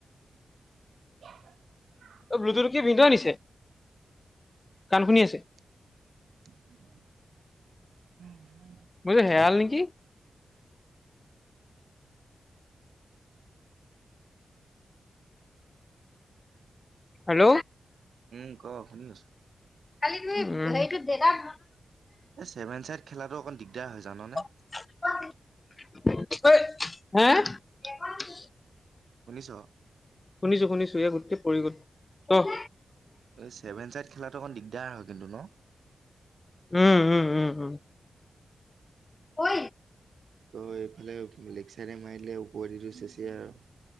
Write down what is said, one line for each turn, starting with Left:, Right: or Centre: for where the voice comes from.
Right: <unintelligible>
Left: অ' ব্লুটুথতু কি ভিনদেউৱে নিছে গান শুনি আছে।
Right: <unintelligible>
Left: বোলো হেয়াল নেকি? হেল্ল'।
Right: উম ক শুনি আছোঁ।
Left: কালি তুমি হেৰীতু জেগাত
Right: এই ছেভেন চাইড খেলাটো অণ দিগদাৰ হয় জাননে।
Left: <unintelligible>
Right: শুনিচ।
Left: শুনিছো শুনিছো ইয়া গোটেই পৰি গত অ'।
Right: এই ছেভেন চাইড খেলাটো অকণ দিগদাৰ হয় কিন্তু ন।
Left: উম উম উম উম। ঐ
Right: তই এইফালে লেকচাইডে মাৰিলে ওপদিটো চেচিয়ই আৰু।